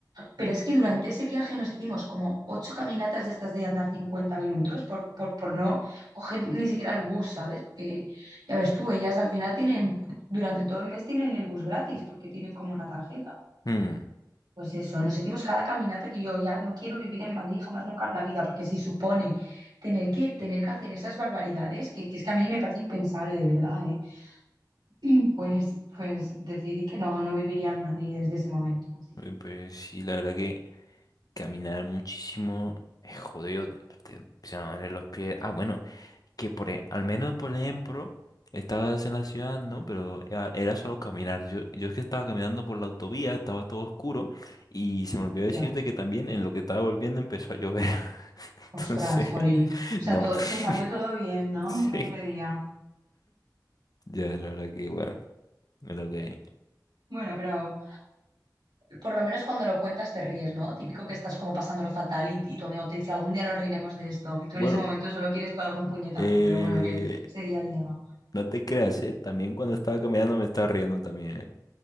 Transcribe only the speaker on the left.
Hmm,
eh, Pues sí, la verdad que caminar muchísimo es jodido. Te, te empiezan a doler los pies. Ah, bueno. que por, e- al menos por ejemplo, estabas en la ciudad, ¿no? Pero era, era solo caminar. Yo, yo es que estaba caminando por la autovía, estaba todo oscuro y se me olvidó decirte
que también en lo que estaba volviendo empezó a llover. <laughs> Entonces,
no.
<laughs>
Sí.
Ya, la verdad que bueno, es lo que hay.
Bueno,
eh,
no te creas, ¿eh? También cuando estaba caminando me estaba riendo también, ¿eh?